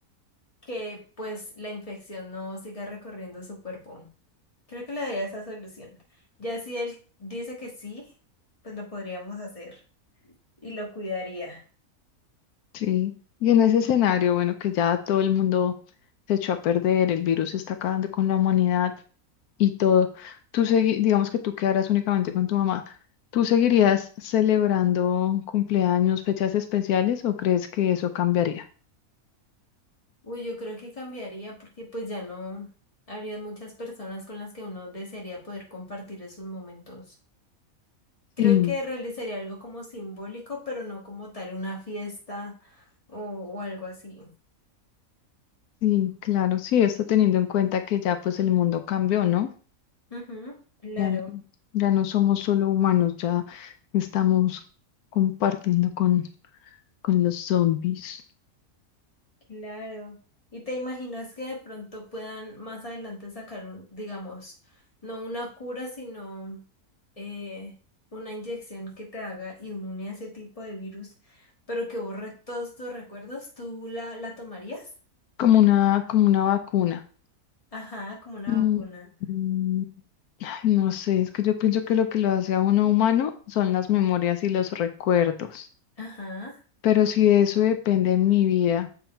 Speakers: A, on the left; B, on the left.
A: que pues la infección no siga recorriendo su cuerpo. Creo que le daría esa solución. Ya si él dice que sí, pues lo podríamos hacer y lo cuidaría.
B: Sí. Y en ese escenario, bueno, que ya todo el mundo se echó a perder, el virus está acabando con la humanidad y todo, tú segui- digamos que tú quedarás únicamente con tu mamá. ¿Tú seguirías celebrando cumpleaños, fechas especiales o crees que eso cambiaría?
A: Uy, yo creo que cambiaría porque pues ya no habría muchas personas con las que uno desearía poder compartir esos momentos. Creo
B: Sí,
A: que realizaría algo como simbólico, pero no como tal una fiesta o, o algo así.
B: sí, claro, sí, esto teniendo en cuenta que ya pues el mundo cambió, ¿no?
A: Ujú, claro,
B: Ya, n- ya no somos solo humanos, ya estamos compartiendo con, con los zombies,
A: claro. ¿Y te imaginas que de pronto puedan más adelante sacar un, digamos, no una cura, sino eh, una inyección que te haga inmune a ese tipo de virus, pero que borre todos tus recuerdos? ¿Tú la, la tomarías?
B: como una, como una vacuna.
A: Ajá, como una
B: Mm,
A: vacuna.
B: mm, ay, no sé, es que yo pienso que lo que lo hace a uno humano son las memorias y los recuerdos.
A: Ajá.
B: Pero si de eso depende mi vida,